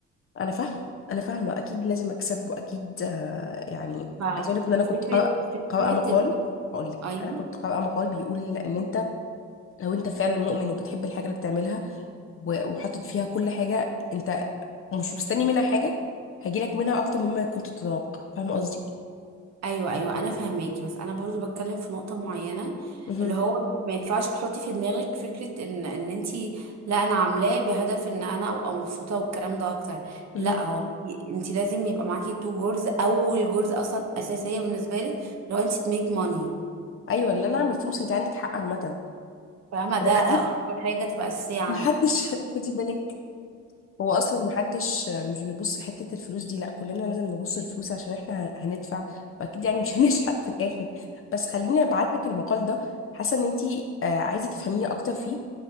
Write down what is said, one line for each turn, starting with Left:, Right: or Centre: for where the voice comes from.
Left: انا فاهمه انا فاهمه اكيد لازم اكسب واكيد آه، يعني
Right: ففكرة
Left: عايزه اقول لك ان انا كنت قارئه
Right: فكرة
Left: قارئة
Right: ان انت-
Left: مقال هقول لك
Right: أيوة
Left: انا كنت قارئه مقال بيقول ان انت لو انت فعلا مؤمن وبتحب الحاجه اللي بتعملها و- وحاطط فيها كل حاجه انت مش مستني منها حاجه هيجيلك منها اكتر مما كنت تتوقع فاهمه قصدي
Right: ايوه ايوه انا فاهماكي بس انا برضو بتكلم في نقطه معينه
Left: مهم.
Right: اللي هو ما ينفعش تحطي في دماغك فكره ان ان انتي لا انا عاملاه بهدف ان انا ابقى مبسوطه والكلام ده اكتر
Left: مهم.
Right: لا هو انتي إنتي لازم يبقى معاكي تو جولز اول جولز اصلا اساسيه بالنسبه لك لو انتي تميك ماني
Left: ايوه اللي انا اعمل فلوس انت عندك حق عامه
Right: فاهمه
Left: واكيد
Right: ده اكتر حاجه تبقى اساسيه عندك
Left: محدش <laughs> خدي بالك هو اصلا محدش مش بيبص لحته الفلوس دي لا كلنا لازم نبص الفلوس عشان احنا هندفع واكيد يعني مش <laughs> هنشحت في الاخر بس خليني ابعت لك المقال ده حاسه ان انتي آه، عايزه تفهميه اكتر فيه